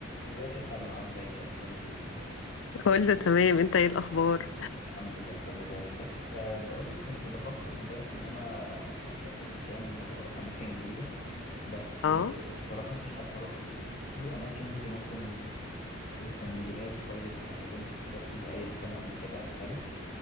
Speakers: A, on the left; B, on the left.
A: ازيك يا سلمى عاملة ايه اخبارك ايه
B: كله تمام انت ايه الاخبار
A: الحمد لله كله زي الفل أه بقولك كنت بفكر امبارح ان انا اسافر مكان واروح اماكن جديدة بس
B: اه
A: أه الصراحة مش عارف اروح فين في اماكن انت ممكن تريكومنديها لي طيب لو انت سافرتي اي مكان قبل كده ولا حاجة